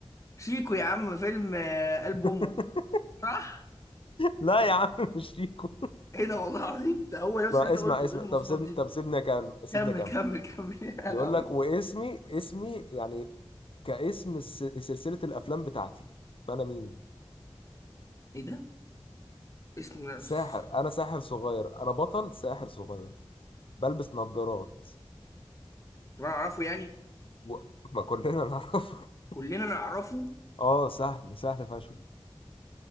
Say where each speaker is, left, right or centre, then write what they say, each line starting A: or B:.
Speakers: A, on the left; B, on the left.
A: شيكو يا عم فيلم آه، قلب
B: <laughs>
A: امه صح
B: لا يا عم مش شيكو
A: ايه ده والله العظيم ده هو نفس
B: بقى
A: اللي انت
B: اسمع
A: قلته
B: اسمع
A: ايه المواصفات
B: طب سيبني
A: دي
B: طب سيبني أكمل سيبني
A: كمل
B: أكمل
A: كمل كمل <laughs> يا
B: بيقول
A: لهوي
B: لك واسمي اسمي يعني كاسم الس- سلسلة الافلام بتاعتي فانا مين
A: ايه ده اسم نفس
B: ساحر انا ساحر صغير انا بطل ساحر صغير بلبس نظارات
A: طب انا اعرفه يعني
B: و... ما كلنا نعرف <laughs>
A: كلنا نعرفه
B: اه سهل سهل فشخ